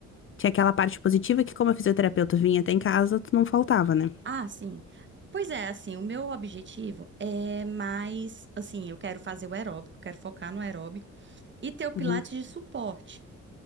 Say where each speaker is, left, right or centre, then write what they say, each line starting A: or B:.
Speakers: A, on the left; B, on the right.
A: Tinha aquela parte positiva que, como a fisioterapeuta vinha até em casa, tu não faltava, né?
B: Ah, sim. Pois é, assim, o meu objetivo é mais, assim, eu quero fazer o aeróbico, quero focar no aeróbico e ter o pilates
A: Uhum,
B: de suporte.